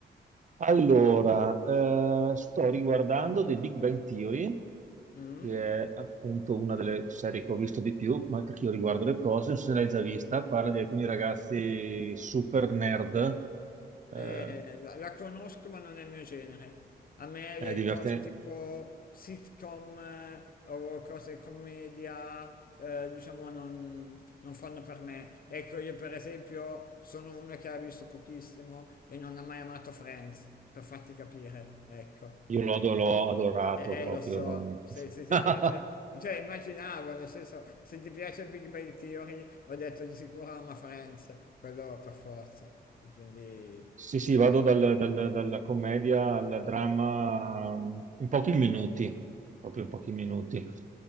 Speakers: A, on the right (about 45°); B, on the left (about 55°).
A: Allora, eh, sto riguardando The Big Bang Theory,
B: Mm?
A: che è appunto una delle serie che ho visto di più, ma perché io riguardo le cose, non so se l'hai già vista, parla di alcuni ragazzi super nerd, eh,
B: Eh, la, la conosco ma non è il mio genere. A me
A: è
B: le
A: divertente,
B: cose tipo sitcom eh, o cose commedia, eh, diciamo, non, non fanno per me. Ecco, io per esempio sono uno che ha visto pochissimo e non ha mai amato Friends, per farti capire, ecco.
A: io l'ho l'ho adorato
B: Eh,
A: proprio.
B: lo so, se, se ti
A: <laughs>
B: piace, cioè immaginavo, nel senso, se ti piace Big Bang Theory, ho detto di sicuro ama Friends, quello per forza, e quindi
A: Sì,
B: ci
A: sì,
B: sta.
A: vado dal- dal- dalla commedia al dramma mm, in pochi minuti, proprio in pochi minuti.